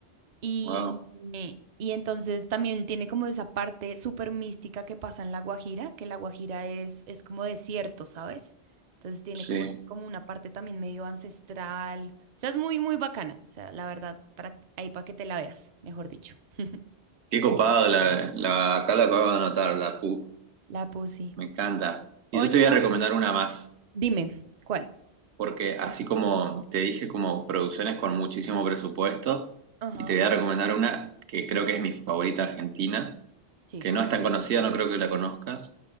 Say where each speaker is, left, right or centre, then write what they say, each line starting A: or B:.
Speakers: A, on the right; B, on the right.
A: Y,
B: Wow,
A: eh, y entonces también tiene como esa parte súper mística que pasa en La Guajira, que La Guajira es, es como desierto, ¿sabes? Entonces tiene
B: sí.
A: como, como una parte también medio ancestral. O sea, es muy, muy bacana. O sea, la verdad, para, ahí para que te la veas, mejor dicho. <laughs>
B: Qué copado, la, la, acá la acabo de anotar, la PU.
A: La Pussy.
B: Me encanta. Y
A: Oye,
B: yo te voy
A: no,
B: a recomendar una más,
A: dime, ¿cuál?
B: porque así como te dije, como producciones con muchísimo presupuesto,
A: Ajá,
B: y te voy a recomendar una que creo que es mi favorita argentina,
A: sí.
B: que no es tan conocida, no creo que la conozcas.